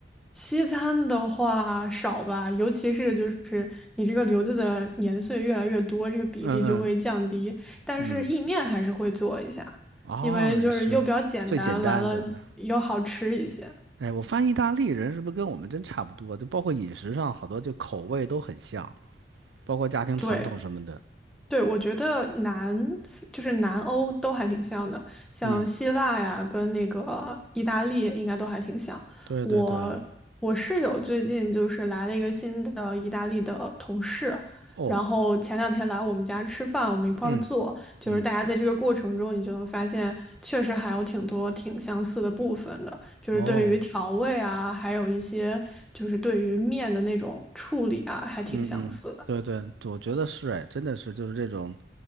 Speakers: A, in the centre; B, on the right.
A: 西餐的话少吧，尤其是就是你这个留子的年岁越来越多，这个比例就会降低。
B: 嗯嗯
A: 但是意面还是会做一下，
B: 嗯，哦，
A: 因为就是又比较简单，
B: 也是最简单，
A: 完了又好吃一些。
B: 对对。哎，我发现意大利人是不是跟我们真差不多？就包括饮食上，好多就口味都很像，包括家庭传统什么的。
A: 对。对，我觉得南就是南欧都还挺像的，像希腊呀，
B: 嗯，
A: 跟那个意大利应该都还挺像。
B: 对对对，
A: 我我室友最近就是来了一个新的意大利的同事，
B: 哦，
A: 然后前两天来我们家吃饭，我们一块儿做，
B: 嗯
A: 就是大家在这个过程中，
B: 嗯，
A: 你就能发现确实还有挺多挺相似的部分的，就是对于调味啊，
B: 哦，
A: 还有一些就是对于面的那种处理啊，还挺相似的。
B: 嗯嗯，对对，我觉得是哎，真的是就是这种，